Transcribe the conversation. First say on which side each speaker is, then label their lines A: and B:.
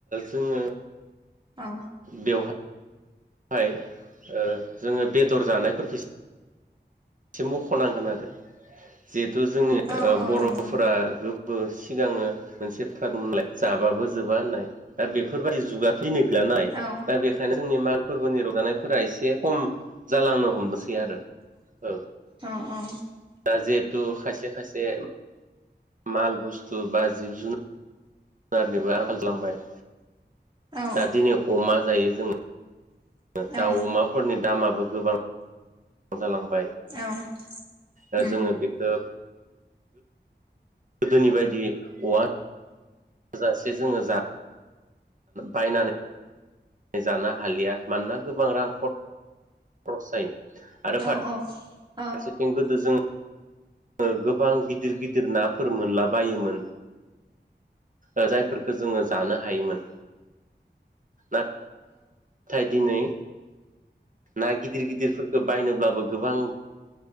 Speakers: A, on the right; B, on the right.
A: जोङो
B: औ
A: बेवहाय बेहाय जोङो बेदर जानायफोरखौ एसे मख'नांगोन आरो जिहेथु जोंनि
B: औ औ
A: बर'फोरा
B: नंगौ
A: सिगाङो मोनसे बाथ्रा दंमोनलाय जाबाबो जोबा होननाय दा बेफोरबायाददि जुगाथ' <unintelligible> लानाय
B: औ
A: दा बेखायनो जोंनि माग फोरबोनि रंजानायफोरा एसे खम जालांनो हमनोसै आरो औ
B: अ अ
A: दा जिहेतु खायसे खायसे माल बस्तु बा जिब जुनार जुनारनिबो आंखाल खालामबाय
B: औ
A: दा दिनै अमा जायो जोङो ओ
B: औ
A: दाउ अमाफोरनि दामाबो गोबां जालांबाय
B: औ औ
A: ओ जोङो बेखौ गोदोनि बायदि औवा थोजासे जोङो जा बायनानै जानो हालिया मानोना गोबां रां खर <unintelligible> जायो। आरो
B: औ औ
A: फारसेथिं गोदो जोङो ओ गोबां गिदिर गिदिर नाफोर मोनलाबायोमोन ओ जायफोरखौ जोङो जानो हायोमोन ना थाय दिनै ना गिदिर गिदिरफोरखौ बायनोब्लाबो गोबां